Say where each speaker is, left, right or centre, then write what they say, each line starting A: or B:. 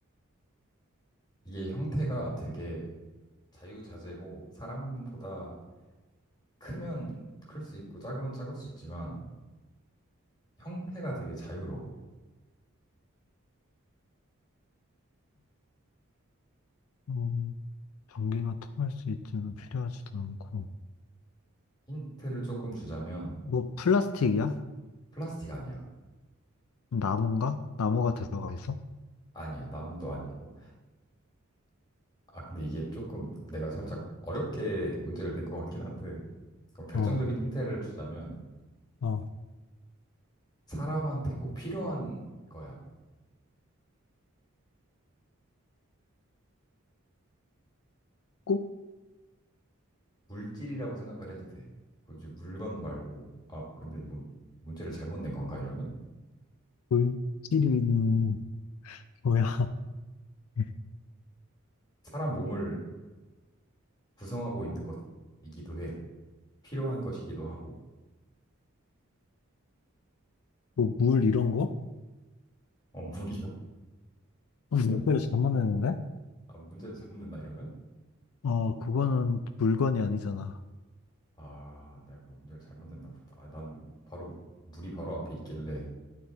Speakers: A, on the left; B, on the left.
A: 이게 형태가 되게 자유자재고 사람보다 크면 클 수 있고 작으면 작을 수 있지만 형태가 되게 자유로워.
B: 음, 전기가 통할 수 있지는 필요하지도 않고.
A: 힌트를 조금 주자면
B: 뭐 플라스틱이야?
A: 플라스틱 아니야.
B: 나무인가? 나무가 들어가 있어?
A: 아니야. 나무도 아니고. 아, 근데 이게 조금 내가 살짝 어렵게 문제를 낸 것 같긴 한데 그럼 결정적인
B: 어,
A: 힌트를 주자면
B: 어.
A: 사람한테 꼭 필요한 거야.
B: 꼭
A: 물질이라고 생각을 해도 돼. 굳이 물건 말고 아, 근데 이건 문제를 잘못 낸 건가 이러면
B: 물질이는 뭐야? <laughs>
A: 사람 몸을 구성하고 있는 것이기도 해. 필요한 것이기도 하고.
B: 뭐 물 이런 거?
A: 어, 물이요.
B: 어, 물배를 잘못 했는데
A: 아, 문제를 잘못 냈나 이러면?
B: 어, 그거는 물건이 아니잖아.
A: 아, 내가 그 문제를 잘못 냈나 보다. 아, 난 바로 물이 바로 앞에 있길래